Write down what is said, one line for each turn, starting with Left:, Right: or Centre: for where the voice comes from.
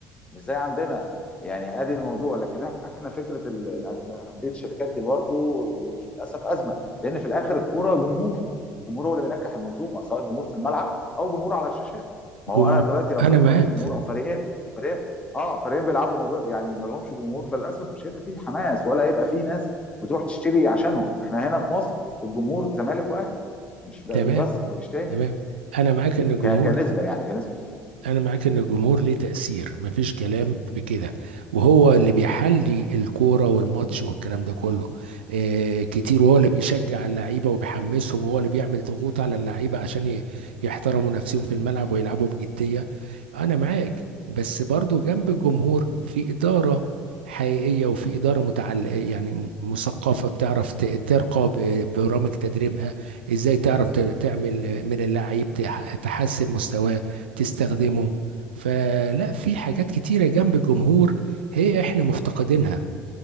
Left: مش زي عندنا يعني ادي الموضوع لكن احنا فكره ال- ان انديه الشركات دي برضو للاسف ازمه لان في الاخر الكوره جمهور الجمهور هو اللي بينجح المنظومه سواء جمهور في الملعب او جمهور على الشاشات ما
Right: جمهور
Left: هو انا دلوقتي لو
Right: انا
Left: فريق
Right: معاك
Left: ملوش جمهور او فريقين فريقين اه فريقين بيلعبوا من غير- يعني ما لهمش جمهور فللاسف مش هيبقى فيه حماس ولا هيبقى فيه ناس بتروح تشتري عشانهم احنا هنا في مصر الجمهور زمالك واهلي مش ب-
Right: تمام
Left: بس ما فيش تاني
Right: تمام انا معاك ان الجمهور
Left: ك- كنسبه يعني كنسبه
Right: انا معاك ان الجمهور ليه تأثير مفيش كلام في كده وهو اللي بيحلي الكورة والماتش والكلام ده كله آه كتير وهو اللي بيشجع اللعيبة وبيحمسهم وهو اللي بيعمل ضغوط على اللعيبة عشان ي- يحترموا نفسهم في الملعب ويلعبوا بجدية انا معاك بس برضو جنب الجمهور في إدارة حقيقية وفي إدارة متعل يعني م- مثقفة بتعرف ت- ترقى ب- برامج تدريبها ازاي تعرف ت- تعمل من اللعيب تح- تحسن مستواه تستخدمه فلا في حاجات كتيرة جنب الجمهور هي احنا مفتقدينها